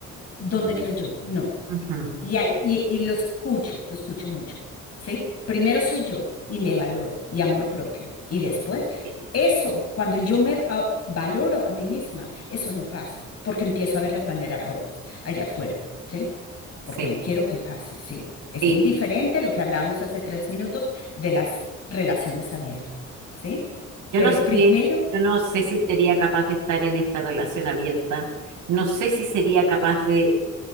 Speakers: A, on the left (about 55°); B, on the right (about 75°).
A: ¿dónde
B: Mm,
A: quedo yo? No.
B: ujú.
A: Y, ahí- y, y lo escucho, lo escucho mucho, ¿sí? Primero soy yo y me valoro y amor propio. Y después,
B: Sí,
A: eso, cuando yo me va- valoro a mí misma, eso no pasa, porque empiezo a ver las banderas rojas allá afuera, ¿sí?
B: sí,
A: Porque no quiero que pase, ¿sí? Es
B: sí.
A: muy diferente lo que hablamos hace tres minutos de las relaciones abiertas, ¿sí?
B: Yo
A: Pero
B: no sé,
A: primero,
B: yo no sé
A: Ujú.
B: si sería capaz de estar en esta relación abierta. No sé si sería capaz de.